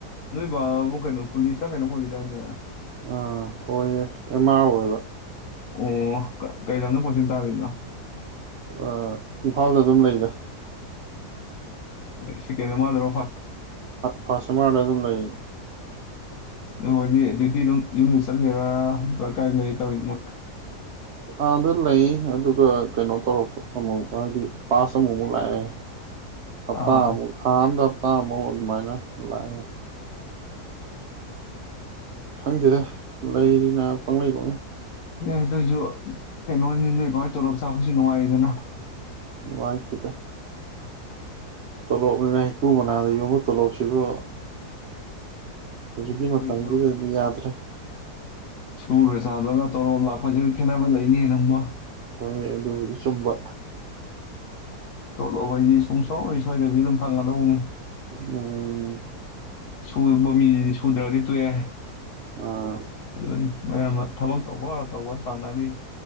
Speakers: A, on the left (about 75°); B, on the right (about 80°).
A: ꯅꯣꯏꯕꯥꯕꯨ ꯀꯩꯅꯣ ꯄꯨꯂꯤꯁꯇ ꯀꯩꯅꯣ ꯑꯣꯏꯈꯤꯗꯥꯏꯅꯦ
B: ꯑꯥ ꯍꯣꯏꯌꯦ ꯑꯦꯝ-ꯃꯥꯔ ꯑꯣꯏꯕ
A: ꯑꯣ ꯀꯩꯂꯝꯗ ꯄꯣꯠꯁꯤꯟ ꯇꯥꯔꯤꯅꯣ
B: ꯑꯥ ꯏꯝꯐꯥꯜꯗ ꯑꯗꯨꯝ ꯂꯩꯗ
A: ꯑꯣ ꯁꯦꯀꯦꯟ ꯑꯦꯃꯥꯔ ꯗꯔꯣ
B: ꯐꯥꯁ ꯑꯦꯝ ꯃ꯭ꯥꯔꯗ ꯑꯗꯨꯝ ꯂꯩ
A: ꯃꯣꯏꯗꯤ ꯗ꯭ꯌꯨꯇꯤ ꯑꯗꯨꯝ ꯌꯨꯝꯗ ꯆꯠꯂꯤꯔꯥ ꯅꯠꯇ꯭ꯔ ꯀꯥꯏ ꯂꯩꯔ ꯇꯧꯋꯤꯅꯦ ꯃꯣꯏꯅ
B: ꯑꯥꯗ ꯂꯩ ꯑꯗꯨꯒ ꯀꯩꯅꯣ ꯇꯧꯔꯛꯄ ꯑꯃꯨꯛ ꯍꯥꯏꯗꯤ ꯄꯥꯁ ꯑꯃꯨꯛꯃꯨꯛ ꯂꯥꯛꯑꯦ ꯍꯞ
A: ꯑꯥ
B: ꯇꯥ ꯑꯃꯨꯛ ꯊꯥ ꯑꯝꯗ ꯍꯞꯇꯥꯃꯨꯛ ꯑꯗꯨꯃꯥꯏꯅ ꯂꯥꯛꯑꯦ ꯈꯪꯗꯦꯗ ꯂꯩꯔꯤꯅ ꯄꯪꯂꯩ ꯄꯪꯂꯩꯩ
A: ꯑꯗꯣꯏꯖꯨ ꯀꯩꯅꯣꯅꯤ ꯅꯣꯏꯗꯨꯃꯥꯏ ꯇꯣꯂꯣꯞ ꯆꯥꯕꯁꯦ ꯅꯨꯡꯉꯥꯏꯌꯦꯗꯅ
B: ꯅꯨꯉꯥꯏꯇꯦꯗ ꯇꯣꯂꯣꯞꯅꯦꯅ ꯍꯩꯀꯨ ꯃꯅꯥꯗ ꯌꯣꯝꯕ ꯇꯂꯣꯞ ꯁꯤ ꯁꯤꯕꯨ ꯍꯧꯖꯤꯛꯀꯤ
A: ꯑꯗꯨꯏꯁꯨ
B: ꯃꯇꯝꯁꯤꯗꯗꯤ ꯌꯥꯗ꯭ꯔꯦ
A: ꯁꯨꯔ ꯆꯥꯕꯖꯤꯒ ꯇꯣꯂꯣꯞ ꯂꯥꯛꯄꯁꯤꯒ ꯈꯦꯠꯅꯕ ꯂꯩꯅꯦ ꯅꯪꯕꯣ
B: ꯍꯣꯏ ꯑꯗꯨꯕꯨꯗꯤ ꯆꯨꯝꯕ
A: ꯇꯣꯂꯣꯞ ꯍꯥꯏꯗꯤ ꯁꯨꯡꯁꯣꯏ ꯁꯣꯏꯗꯕꯤ ꯑꯗꯨꯝ ꯐꯪꯉꯗꯧꯕꯅꯤ
B: ꯎꯝ
A: ꯁꯨꯕ ꯃꯤꯖꯤꯗꯤ ꯁꯨꯗ꯭ꯔꯒꯗꯤ ꯇꯣꯛꯑꯦ
B: ꯑꯥ
A: ꯑꯗꯨꯅꯤ ꯃꯌꯥꯝꯑꯃ ꯊꯕꯛ ꯇꯧꯕ ꯇꯧꯕ ꯇꯝꯅꯔꯤꯁꯤ